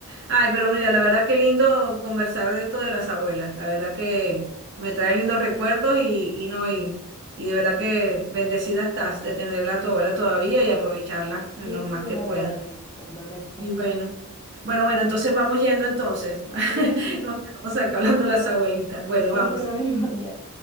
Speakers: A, on the right; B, on the left.
A: Ay, pero mira, la verdad que lindo conversar de esto de las abuelas. La verdad que me trae lindos recuerdos y, y no, y, y de verdad que bendecida estás de tenerla a
B: Sí,
A: tu abuela todavía y aprovecharla en
B: sí,
A: lo más
B: sí, yo
A: que
B: lo
A: pueda.
B: agradezco, lo agradezco
A: Y
B: mucho.
A: bueno, bueno,
B: Ya,
A: bueno, entonces vamos yendo entonces. <laughs>
B: sí,
A: Nos quedamos acá
B: que no-
A: hablando de las abuelitas. Bueno,
B: siempre
A: vamos.
B: lo mismo, <laughs> ya.